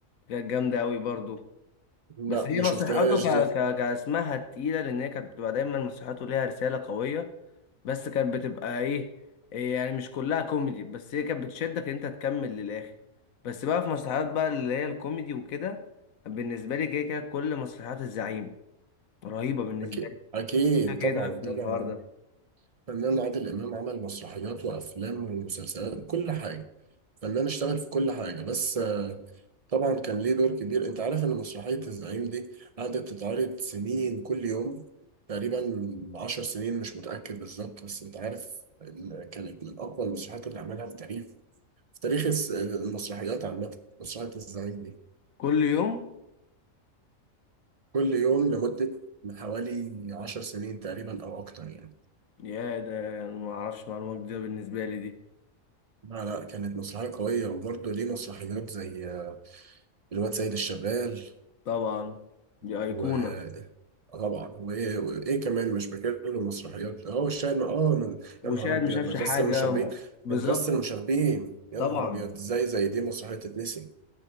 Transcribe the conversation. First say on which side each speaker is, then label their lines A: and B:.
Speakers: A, on the left; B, on the right.
A: كانت جامدة أوي برضو
B: لا
A: بس هي
B: ما
A: مسرحياته
B: شفتهاش
A: ك...
B: دي
A: ك... كاسمها تقيلة لأن هي كانت بتبقى دايما مسرحياته ليها رسالة قوية بس كانت بتبقى إيه إيه يعني مش كلها كوميدي بس هي كانت بتشدك إن أنت تكمل للآخر بس بقى في مسرحيات بقى اللي هي الكوميدي وكده بالنسبة لي كده كده كل مسرحيات الزعيم رهيبة بالنسبة
B: أكيد
A: لي
B: أكيد
A: كده كده
B: طبعا
A: في
B: طبعا
A: الحوار ده
B: فنان عادل إمام عمل مسرحيات وأفلام ومسلسلات كل حاجة فنان اشتغل في كل حاجة بس آه، طبعا كان ليه دور كبير انت عارف ان مسرحية الزعيم دي قعدت تتعرض سنين كل يوم تقريبا عشر سنين مش متأكد بالظبط بس انت عارف ان كانت من اقوى المسرحيات اللي عملها في تاريخ في تاريخ الس- المسرحيات عامة مسرحية الزعيم دي
A: كل يوم
B: كل يوم لمدة من حوالي عشر سنين تقريبا او اكتر يعني
A: يا ده أنا معرفش معلومة جديدة بالنسبة لي دي
B: لا لا كانت مسرحية قوية وبرضه ليه مسرحيات زي الواد سيد الشغال
A: طبعا دي
B: و...
A: أيقونة
B: طبعا وايه وايه كمان مش فاكر له مسرحيات هو الشاهد اه من
A: وشاهد
B: يا نهار ابيض
A: ما شافش
B: مدرسه
A: حاجة
B: المشاغبين
A: ما- بالظبط
B: مدرسه المشاغبين يا
A: طبعا
B: نهار ابيض ازاي زي دي مسرحيه تتنسي